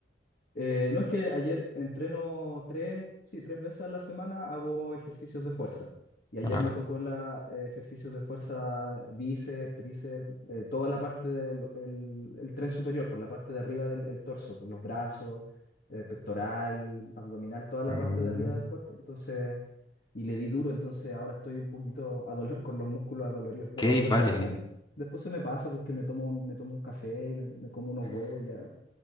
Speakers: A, on the left; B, on the left.
A: Eh, no es que ayer entreno tres, sí, tres veces a la semana hago ejercicios de fuerza. Y ayer
B: Ah,
A: me tocó la, eh, ejercicios de fuerza bíceps, tríceps, eh, toda la parte del el, el tren superior, por la parte de arriba del el torso, por los brazos, eh, pectoral, abdominal, toda la
B: mm,
A: parte de arriba del cuerpo. Entonces y le di duro, entonces ahora estoy un poquito adolo- con los músculos adoloridos,
B: ok,
A: pero después
B: vale.
A: se me, después se me pasa porque me tomo un, me tomo un café y me, me como unos huevos y ya,